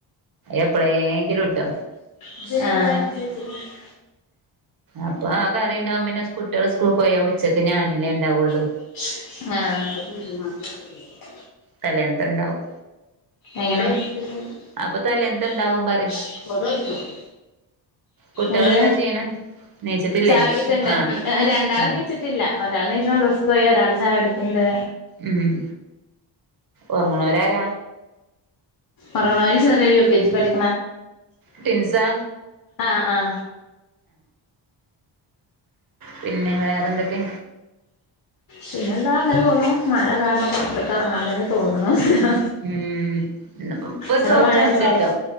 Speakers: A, on the right; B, on the left.
A: എപ്പഴെങ്കിലും ട്ടോ.
B: ആഹ
A: അപ്പൊ ആ കറിണ്ടാവും പിന്നെ കുട്ടിയള് സ്കൂൾ പോയാൽ ഉച്ചക്ക് ഞാനല്ലേ ഇണ്ടാവൊള്ളു.
B: ആഹ
A: തലേ നത്തെ ഇണ്ടാവും.
B: എങ്ങനെ? <unintelligible>
A: അപ്പൊ തലേന്നത്തെണ്ടാവും പറയ കുട്ടികളെന്താ
B: എന്ത്
A: ചെയ്യണ് നീച്ചിട്ടില്ലേ
B: ചായുടിക്ക്ണണ്ട്
A: ആഹ്
B: ഉം എഹ് രണ്ടാള്
A: ആഹ്
B: നീച്ചിട് ട്ടില്ല ഒരൾ നീച് മദർസ്ക്കോയി ഒരാൾ ചായുടിക്ക്ണ്ട്
A: ഉം ഉറങ്ങുണരാര
B: ഉറങ്ങിനോര് ചെറിയോര് യു കെ ജി പഠി
A: ട്വിൻസ്
B: ആ ആഹാ
A: പിന്നെ വേറെന്തൊക്കെ
B: പിന്നെന്താ അങ്ങനെ പോണു മഴ കാരണം പുറത്ത്ക്ക് എറങ്ങാതന്നെ തോന്ന്ണൂല
A: ഉം ഇപ്പൊ ഒരു
B: അവടെ
A: തോർച്ചണ്ട്ട്ടോ
B: മഴല്ലേ